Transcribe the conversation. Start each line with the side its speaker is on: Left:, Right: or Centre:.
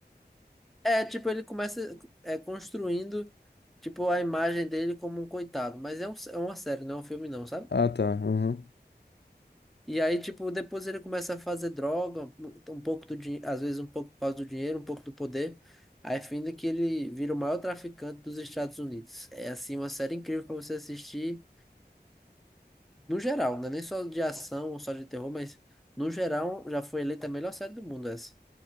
Centre: é, tipo, ele começa é, construindo Tipo, a imagem dele como um coitado. Mas é, um, é uma série, não é um filme, não, sabe?
Left: Ah, tá. aham.
Centre: E aí, tipo, depois ele começa a fazer droga, um um pouco do dinheiro, às vezes um pouco por causa do dinheiro, um pouco do poder. Aí, fim que ele vira o maior traficante dos Estados Unidos. É, assim, uma série incrível para você assistir, no geral, não é nem só de ação ou só de terror, mas no geral já foi eleita a melhor série do mundo essa.